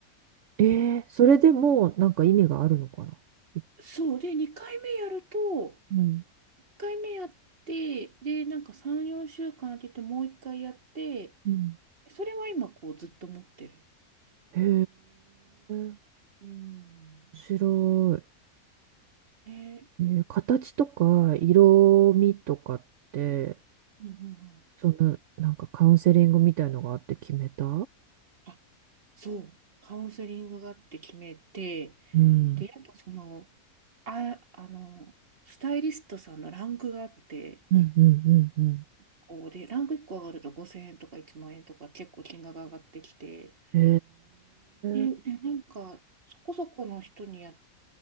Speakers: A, on the right (about 60°); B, on the right (about 40°).
A: えー、それでもうなんか意味があるのかない
B: そう。で、二回目やると、
A: うん
B: 一回目やって、で、なんか3、4週間空けて、もう一回やって、
A: うん
B: それは今、こう、ずっと持ってる。
A: へえ、面
B: うん。
A: 白
B: ね。
A: い。えー形とか色味とかって、
B: うんうんうん。
A: そのなんかカウンセリングみたいのがあって決めた
B: あ、そう。カウンセリングがあって決めて、
A: うん
B: で、やっぱその、あ、あの、スタイリストさんのランクがあって、
A: うんうんうんうん。
B: こうで、ランク1個上がると5000円とか1万円とか結構金額が上がってきて、
A: へ
B: え、
A: え。
B: で、なんか、そこそこの人にやっ